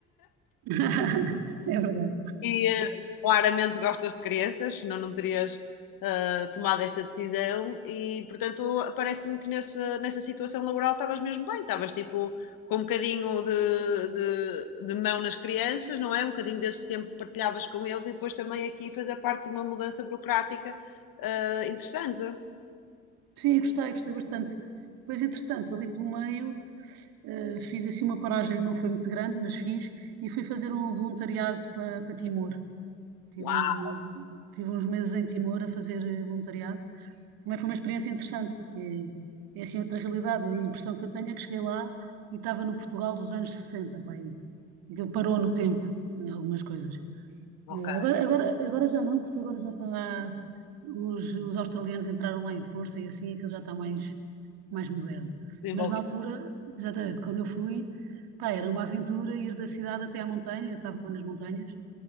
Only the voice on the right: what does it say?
<laughs> É verdade.
Sim, gostei, gostei bastante. Depois, entretanto, ali pelo meio... Uh, fiz assim uma paragem, não foi muito grande, mas fiz, e fui fazer um voluntariado para Timor. Tive
uns, uns- tive uns meses em Timor a fazer eh, voluntariado. Também foi uma experiência interessante, porque é assim outra realidade. A impressão que eu tenho é que cheguei lá e estava no Portugal dos anos sessenta pá, aí. Aquilo parou no tempo, em algumas coisas.
É, Agora, agora, agora já não, porque agora já está. Os, os australianos entraram lá em força e assim aquilo já está mais, mais moderno.
Mas na altura, exatamente, quando eu fui, pá, era uma aventura ir da cidade até à montanha, eu estava nas montanhas,